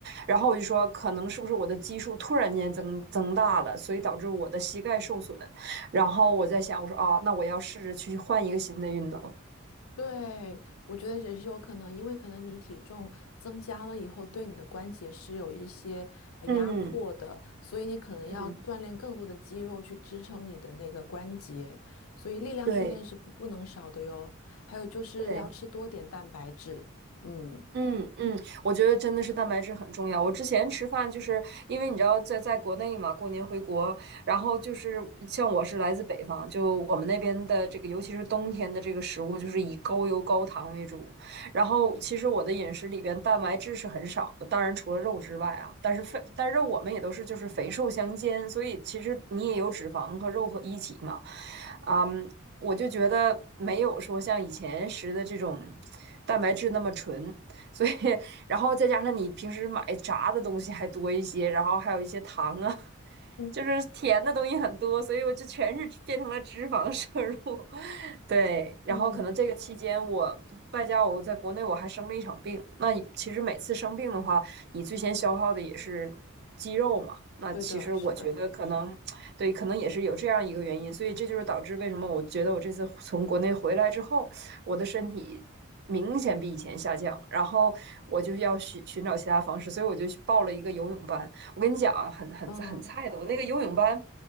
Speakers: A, on the right; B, on the left.
A: 然后我就说，可能是不是我的基数突然间增增大了，所以导致我的膝盖受损。然后我在想，我说啊，那我要试着去换一个新的运动。
B: 对，我觉得也是有可能，因为可能你体重增加了以后，对你的关节是有一些呃压迫的，
A: 嗯
B: 所以你可能要锻炼更多的肌肉去支撑你的那个关节，
A: 嗯，
B: 所以力量训练是不不能少的哟。
A: 对
B: 还有就是要吃多点蛋白质，
A: 对，
B: 嗯，
A: 嗯嗯，我觉得真的是蛋白质很重要。我之前吃饭就是因为你知道在在国内嘛，过年回国，然后就是像我是来自北方，就我们那边的这个，尤其是冬天的这个食物，就是以高油高糖为主。然后其实我的饮食里边蛋白质是很少的，当然除了肉之外啊，但是肥，但是我们也都是就是肥瘦相间，所以其实你也有脂肪和肉和一起嘛。啊，嗯我就觉得没有说像以前吃的这种蛋白质那么纯。所以然后再加上你平时买炸的东西还多一些，然后还有一些糖啊，<laughs>
B: 嗯
A: 就是甜的东西很多，所以我就全是变成了脂肪摄入。<laughs> 对，然后可能这个期间我外加我在国内我还生了一场病，
B: 嗯，
A: 那其实每次生病的话，你最先消耗的也是肌肉嘛，那其实我觉得可能。
B: 对的，是的，
A: 对，可能也是有这样一个原因，所以这就是导致为什么我觉得我这次从国内回来之后，我的身体明显比以前下降，然后我就要寻寻找其他方式，所以我就去报了一个游泳班。我跟你讲啊，很很很菜的，
B: 嗯，
A: 我那个游泳班。